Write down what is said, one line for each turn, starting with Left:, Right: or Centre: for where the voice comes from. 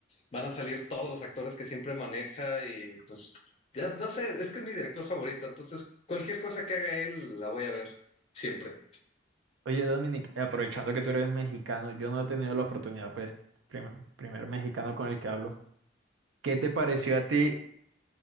Left: van a salir todos los actores que siempre maneja y pues, ya no sé, es que es mi director favorito, entonces cualquier cosa que haga él la voy a ver siempre.
Right: Oye, Dominic, aprovechando que tú eres mexicano, yo no he tenido la oportunidad, pues, prim- primer mexicano con el que hablo. ¿Qué te pareció a ti?